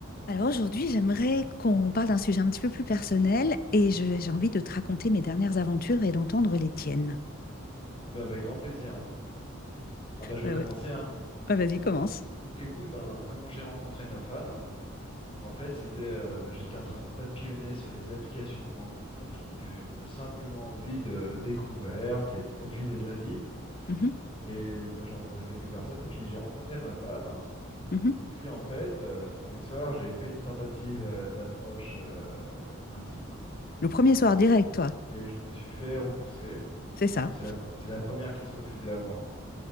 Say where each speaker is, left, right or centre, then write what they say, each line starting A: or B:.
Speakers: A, on the left; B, on the left.
A: Alors aujourd'hui, j'aimerais qu'on parle d'un sujet un petit peu plus personnel et je- j'ai envie de te raconter mes dernières aventures et d'entendre les tiennes.
B: Ah bah avec grand plaisir. hein. Ah bah je vais
A: Ouais,
B: commencer.
A: ouais.
B: hein.
A: Ouais, vas-y, commence.
B: Donc écoute, ben comment j'ai rencontré ma femme? Bon, en fait, c'était euh, j'étais en train de papillonner sur les applications de rencontres. J'étais- J'avais simplement envie de découverte et de profiter de la vie.
A: Mhm,
B: Et bah, j'ai rencontré quelques personnes, puis j'ai rencontré ma femme.
A: mhm.
B: Et puis en fait, euh, le premier soir, j'ai fait une tentative euh, d'approche euh, intime
A: Le premier soir direct, toi.
B: et je me suis fait repousser.
A: C'est ça.
B: C'est la, pre- c'est la première qui se refusait à moi. hein.